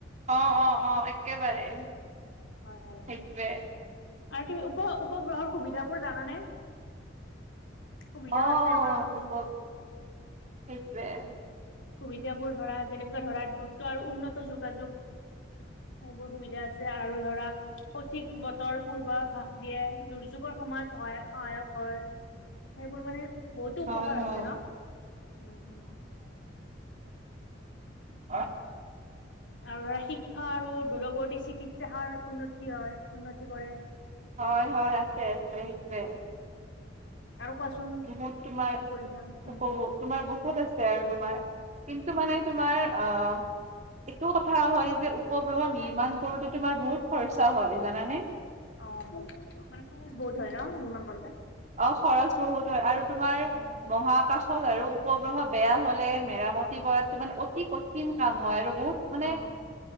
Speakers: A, on the right; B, on the left.
A: অ অ অ একেবাৰে
B: হয় হয়
A: সেইটোৱে।
B: আৰু তুমি উপ উপগ্ৰহৰ সুবিধাবোৰ জানানে? সুবিধা
A: অ অ
B: আছে আমাৰ বহুতো
A: উপ সেইটোৱে
B: সুবিধাবোৰ ধৰা যেনেকুৱা ধৰা দ্ৰুত আৰু উন্নত যোগাযোগ। সেইবোৰ সুবিধা আছে আৰু ধৰা সঠিক বতৰ পূৰ্ব আভাস দিয়ে। দুৰ্য যুগৰ সময়ত সহায় সহায়ক হয়। সেইবোৰ মানে বহুতো
A: হয়
B: উপকাৰ
A: হয়
B: আছে ন? উম -উম
A: অ।
B: আৰু ধৰা শিক্ষা আৰু দূৰৱৰ্তী চিকিৎসাৰ উন্নতি হয় উন্নতি কৰে।
A: হয়-হয় আছে আছে সেইটোৱে।
B: আৰু কোৱাচোন
A: বহুত তোমাৰ
B: কি পঢ়িছা উম
A: উপভোগ তোমাৰ বহুত আছে আৰু তোমাৰ কিন্তু মানে
B: হয়
A: তোমাৰ
B: হয়
A: অহ এইটো কথা হয় যে উপগ্ৰহ নিৰ্মাণ কৰোতে তোমাৰ বহুত খৰচা হয় জানানে?
B: অ মানে বহুত হয় ন নিৰ্মাণ কৰোঁতে?
A: অ খৰচ বহুত হয় আৰু তোমাৰ
B: অ
A: মহা আকাশ। আৰু উপগ্ৰহ বেয়া হলে মেৰামতি কৰাটো মানে অতি কঠিন কাম। হয় আৰু বহুত মানে।
B: অ